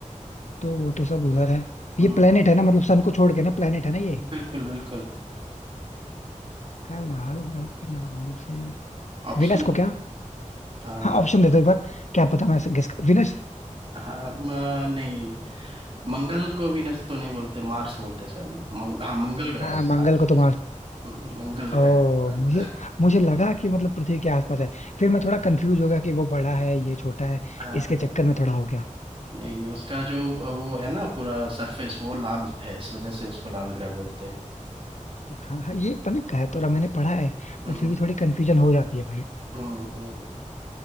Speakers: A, on the left (about 65°); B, on the right (about 45°).
A: तो वो तो सब उधर है ये
B: हम्म,
A: प्लेनेट है ना मतलब सन को छोड़ के ना प्लेनेट है ना ये
B: बिल्कुल बिल्कुल
A: क्या लाल ग्रह के नाम से
B: ऑप्शन
A: विनस को क्या
B: आ,
A: हाँ ऑप्शन दे दो एक बार क्या पता मैं गेस कर विनस
B: हाँ म- नहीं मंगल को वीनस तो नहीं बोलते मार्स बोलते शायद ना मंग, हाँ मंगल ग्रह
A: हाँ
B: है
A: मंगल
B: आंसर
A: को तो
B: इसका हम्म, मंगल ग्रह
A: ओ
B: आंसर
A: मुझे मुझे लगा कि मतलब पृथ्वी के आसपास है फिर मैं थोड़ा कंफ्यूज हो गया कि वो बड़ा है ये छोटा है
B: हाँ
A: इसके
B: हाँ,
A: चक्कर में थोड़ा हो गया
B: नहीं नहीं उसका जो अ, वो है ना पूरा सरफेस वो लाल है इस वजह से उसको लाल ग्रह बोलते हैं
A: हाँ हाँ ये पता कह तो रहा मैंने पढ़ा है
B: हम्म
A: बट फिर भी थोड़ी कंफ्यूजन हो जाती है भाई
B: हम्म हम्म।